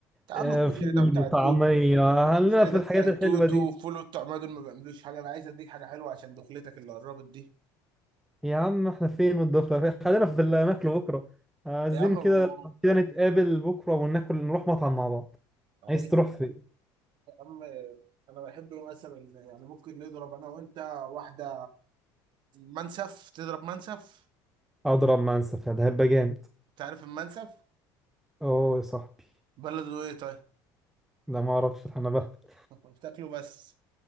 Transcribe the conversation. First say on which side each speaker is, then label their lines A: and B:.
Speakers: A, on the right (about 55°); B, in the centre.
A: يا عم
B: آه،
A: الكشري
B: فول
A: ده بتاع
B: وطعمية
A: التوتو
B: خلينا
A: الكشري
B: في
A: ده
B: الحاجات
A: بتاع التوتو
B: الحلوة دي
A: فول بتاع ما دول ما بيعملوش حاجه انا عايز اديك حاجه حلوه عشان دخلتك اللي قربت دي
B: يا عم احنا فين من الدخلة خلينا في اللي هناكله بكرة عايزين
A: يا عم
B: كده
A: أبو-
B: كده نتقابل بكرة وناكل نروح مطعم مع بعض
A: عايز
B: عايز تروح فين؟
A: يا عم انا بحب مثلا يعني ممكن نضرب انا وانت واحده منسف تضرب منسف
B: أضرب منسف ده هيبقى جامد
A: تعرف المنسف
B: أوه يا صاحبي
A: بلده ايه طيب
B: ده ما أعرفش أنا بهبط
A: بتاكله بس